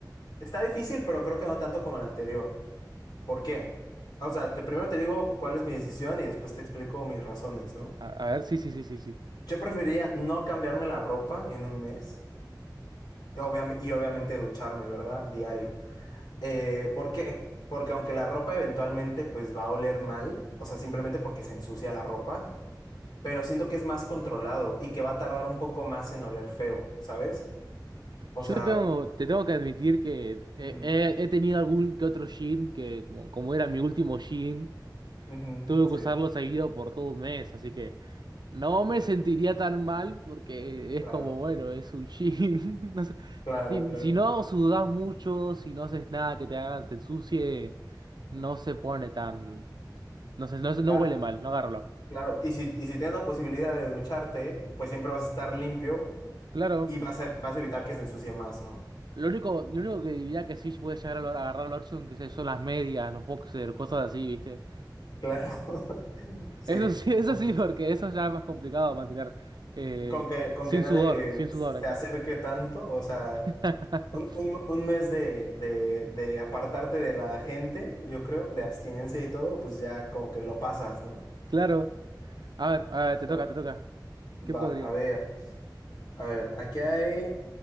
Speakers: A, on the left (about 70°); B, on the right (about 70°).
A: Está difícil, pero creo que no tanto como el anterior. ¿Por qué? O sea, te, primero te digo cuál es mi decisión y después te explico mis razones, ¿no?
B: A, a ver, sí, sí, sí, sí, sí.
A: Yo preferiría no cambiarme la ropa en un mes y, obviam- y obviamente ducharme, ¿verdad? Diario. Eh, ¿por qué? Porque aunque la ropa eventualmente pues va a oler mal, o sea, simplemente porque se ensucia la ropa, pero siento que es más controlado y que va a tardar un poco más en oler feo, ¿sabes? O
B: Yo
A: sea,
B: te tengo, te tengo que admitir que eh,
A: ujú,
B: he, he tenido algún que otro jean que, como, como era mi último jean,
A: ujú,
B: tuve
A: sí,
B: que usarlo seguido por todo un mes, así que no me sentiría tan mal porque
A: claro.
B: es como, bueno, es un jean. <laughs> No sé,
A: Claro,
B: si,
A: claro.
B: si no sudás mucho, si no haces nada que te haga, te ensucie, no se pone tan, no sé, no, se- no
A: Cla-
B: huele mal, no agarra olor.
A: Claro, y si, y si tienes la posibilidad de ducharte, pues siempre vas a estar limpio
B: Claro.
A: y vas a, vas a evitar que se ensucie más, ¿no?
B: Lo único, lo único que diría que sí puede llegar a olor- a agarrar olor son, que sé, son las medias, los boxers, cosas así, ¿viste?
A: Claro, <laughs> sí,
B: Eso sí, <laughs> eso
A: un poquito.
B: sí, porque eso ya es más complicado mantener eh,
A: Con que, con
B: sin
A: que nadie
B: sudor, sin sudor,
A: se
B: ahí está.
A: acerque tanto, o sea,
B: <laughs>
A: un, un- un mes de, de, de apartarte de la gente, yo creo, de abstinencia y todo, pues ya como que lo pasas, ¿no?
B: Claro. A ver, a ver, te toca,
A: Va,
B: te toca.
A: va,
B: ¿Qué podría?
A: a ver, a ver, aquí hay,